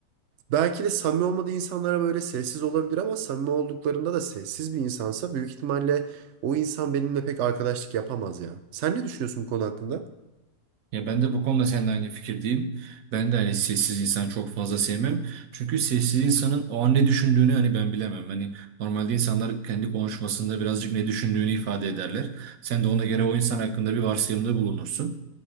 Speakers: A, on the right (about 75°); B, on the right (about 60°).
A: Belki de samimi olmadığı insanlara böyle sessiz olabilir ama samimi olduklarında da sessiz bir insansa büyük ihtimalle o insan benimle pek arkadaşlık yapamaz ya. Sen ne düşünüyorsun bu konu hakkında?
B: Ya ben de bu konuda seninle aynı fikirdeyim. Ben de hani sessiz insan çok fazla sevmem. Çünkü sessiz insanın o an ne düşündüğünü hani ben bilemem. Hani normalde insanlar kendi konuşmasında birazcık ne düşündüğünü ifade ederler. Sen de ona göre o insan hakkında bir varsayımda bulunursun.